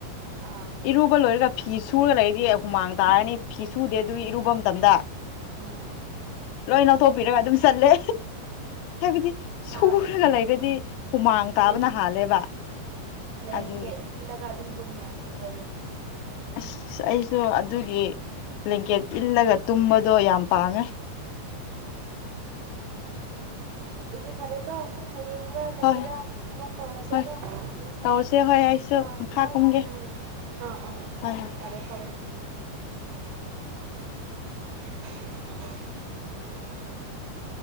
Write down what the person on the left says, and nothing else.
ꯏꯔꯨꯕ ꯂꯣꯏꯔꯒ ꯐꯤ ꯁꯨꯔꯒ ꯂꯩꯔꯗꯤ ꯍꯨꯃꯥꯡ ꯇꯥꯔꯅꯤ ꯐꯤ ꯁꯨꯗꯦ ꯑꯗꯨ ꯏꯔꯨꯕ ꯃꯇꯝꯗ
ꯂꯣꯏꯅ ꯇꯣꯄꯤꯔꯒ ꯑꯗꯨꯝ ꯆꯠꯂꯦ ꯍꯥꯏꯕꯗꯤ
ꯁꯨꯔꯒ ꯂꯩꯒꯗꯤ ꯍꯨꯃꯥꯡ
ꯇꯥꯕꯅ ꯍꯥꯜꯂꯦꯕ
ꯑꯗꯨꯒꯤ
ꯑꯁ ꯑꯩꯁꯨ ꯑꯗꯨꯒꯤ ꯕ꯭ꯂꯦꯡꯀꯦꯠ ꯏꯜꯂꯒ ꯇꯨꯝꯕꯗꯣ ꯌꯥꯝ ꯄꯥꯝꯃꯦ
ꯍꯣꯏ
ꯍꯣꯏ
ꯇꯧꯔꯁꯦ ꯍꯣꯏ ꯑꯩꯁꯨ
ꯃꯈꯥ
ꯀꯨꯝꯒꯦ
ꯍꯣꯏ ꯍꯣꯏ